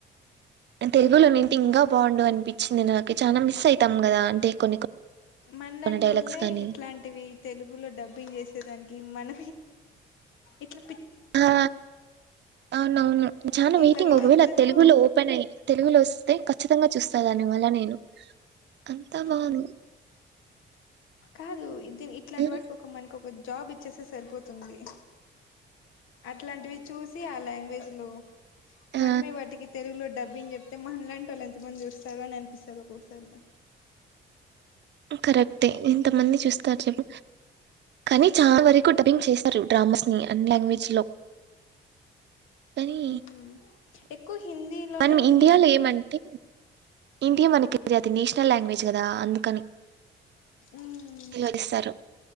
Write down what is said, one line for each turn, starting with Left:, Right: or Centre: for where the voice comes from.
Right: తెలుగులో అయితే ఇంకా బాగుండు అనిపించింది నాకు అనిపించింది మిస్ అవుతాం కదా అంటే కొన్ని కొన్ని
Left: మనలాంటి
Right: డైలాగ్స్
Left: ఓళ్లే
Right: కానీ
Left: ఇట్లాంటివి తెలుగులో డబ్బింగ్ చేసేదానికి మన ఇట్ల
Right: ఆ అవునవును చాలా వెయిటింగ్
Left: ఇట్లా వీళ్ళందరూ
Right: ఒకవేళ అది తెలుగులో ఓపెన్ అయ్ తెలుగులో వస్తే ఖచ్చితంగా చూస్తా దాని వల్ల నేను అంతా బాగుంది
Left: ఉమ్ కాదు ఇది ధీ ఇట్లాంటి
Right: ఉమ్,
Left: వాడికి ఒక మనకి ఒక జాబ్ ఇచ్చేస్తే సరిపోతుంది అట్లాంటివి చూసి ఆ లాంగ్వేజ్ లో మనమే
Right: ఆ,
Left: వాటికి తెలుగులో డబ్బింగ్ చెప్తే మనలాంటి వాళ్ళు ఎంత మంది చూస్తారు అని అనిపిస్తారు ఒక్కొక్కసారి నాకు
Right: కరెక్టే ఇంత మంది చూస్ త్తారు చెప్ కానీ చాలా వరకు డబ్బింగ్ చేస్తారు డ్రామాస్ ని అన్ని లాంగ్వేజ్ చ్ లో కానీ
Left: మ్మ్ ఎక్కువ హిందీలోనే
Right: మనం
Left: ఉంటుంది
Right: ఇండియాలో ఏమంటే ఇండియా మనకి అది నేషనల్ లాంగ్వేజ్ కదా అందుకని
Left: మ్మ్
Right: తెలుగులో చేస్తారు